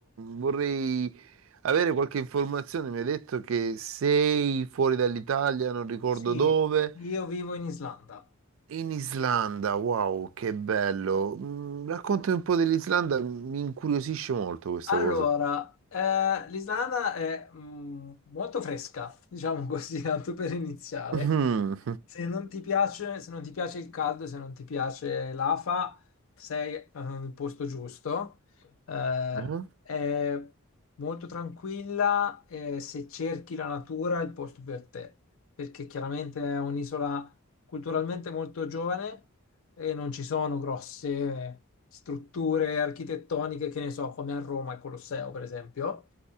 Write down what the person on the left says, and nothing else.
Sì,
io vivo in Islanda.
Allora,
eh, l'Islanda è mm, molto fresca, diciamo così, <laughs> tanto per iniziare.
Se non ti piace, se non ti piace il caldo, se non ti piace l'afa, sei eh, nel posto giusto. Eh,
è molto tranquilla e se cerchi la natura è il posto per te, perché chiaramente è un'isola culturalmente molto giovane e non ci sono grosse strutture architettoniche, che ne so, come a Roma il Colosseo, per esempio,